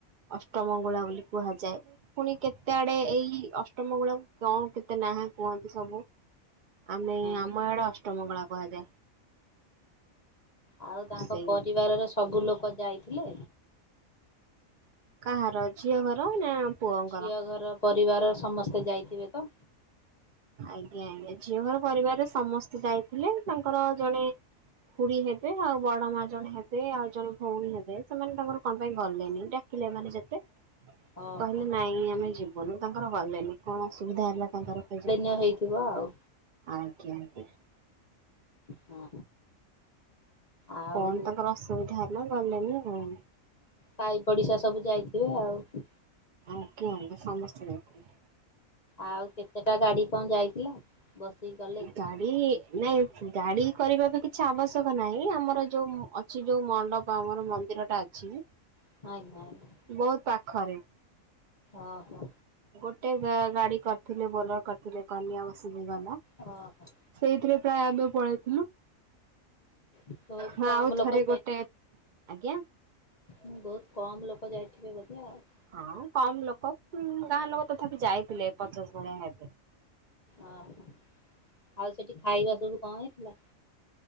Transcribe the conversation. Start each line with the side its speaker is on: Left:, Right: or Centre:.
Right: ଅଷ୍ଟମଙ୍ଗୁଳା ବୋଲି କୁହାଯାଏ ପୁଣି କେତେ ଆଡେ ଏଇ ଅଷ୍ଟ ମଙ୍ଗୁଳାକୁ କଣ କେତେ ନାହା ନୁହନ୍ତି ସବୁ। ଆମେ
Left: ହଁ।
Right: ଆମ ଆଡେ ଅଷ୍ଟମଙ୍ଗଳା କୁହାଯାଏ।
Left: ଆଉ ତାଙ୍କ
Right: ସେଇ
Left: ପରିବାରର ସବୁ ଲୋକ ଯାଇଥିଲେ।
Right: କାହାର ଝିଅ ଘର ନା ପୁଅଙ୍କର?
Left: ଝିଅ ଘର ପରିବାର ସମସ୍ତେ ଯାଇଥିବେ ତ?
Right: ଆଜ୍ଞା ଆଜ୍ଞା ଝିଅ ଘର ପରିବାରରେ ସମସ୍ତେ ଯାଇଥିଲେ ତାଙ୍କର ଜଣେ ଖୁୁଡି ହେବେ ଆଉ ବଡ ମା ଜଣେ ହେବେ ଆଉ ଜଣେ ଭଉଣୀ ହେବେ ସେମାନେ ତାଙ୍କର କଣ ପାଇଁ ଗଲେନି ଏଟା ଖିଲେ ମାନେ ଯେତେ
Left: ଓହୋ।
Right: କହିଲେ ନାଇଁ ଆମେ ଯିବୁନଙ ତାଙ୍କର ଗଲେନି କଣ ଅସୁବିଧା ହେଲା ତାଙ୍କର କେଯା
Left: ଆ ହେଇଥିବ ଆଉ।
Right: ଆଜ୍ଞା ଦି।
Left: ହଁ। ଆଉ
Right: କଣ ତାଙ୍କର ଅସୁବିଧା ହେଲା ଗଲେନି ଆଉ।
Left: ସାଇ ପଡିଶା ସବୁ ଯାଇଥିବେ ଆଉ।
Right: ଆଜ୍ଞା ଆଜ୍ଞା ସମସ୍ତେ ଯାଇଥିଲେ।
Left: ଆଉ କେତେଟା ଗାଡି କଣ ଯାଇଥିଲା? ବସିକି ଗ
Right: ଗାଡ଼ି ନାଇଁ ଗାଡି କରିବା ବି କିଛି ଆବଶ୍ୟକ ନାହିଁ ଆମର ଯୋଉ ଅଛି ଯୋଉ ମଣ୍ଡପ ଆମର ମନ୍ଦିର ରାଜି
Left: <unintelligible>
Right: ବହୁତ ପାଖରେ
Left: ଓହୋ
Right: ଗୋଟେ ଗାଡି କରିଥିଲେ ବୋଲର କରିଥିଲେ କନିଆ ବସିକି ଗଲା
Left: ଓହୋ।
Right: ସେଇଥିରେ ପ୍ରାୟ ଆମେ ପଳେଇଥିଲୁ।
Left: ବହୁତ
Right: ହଁ
Left: କମ
Right: ଆଉ
Left: ଲୋକ
Right: ଥରେ ଗୋଟେ ଆଜ୍ଞା
Left: ମୁଁ ବହୁତ କମ ଲୋକ ଯାଇଥିବେ ବୋଧେ ଆଉ।
Right: ହଁ କମ ଲୋକ ଗାଁ ଲୋକ ତଥାପି ଯାଇଥିଲେ ପଚାଶ ଭଳିଆ ହେବେ
Left: ଓ ଆଉ ସେଠି ଖାଇବା ସବୁ କଣ ହେଇଥିଲା?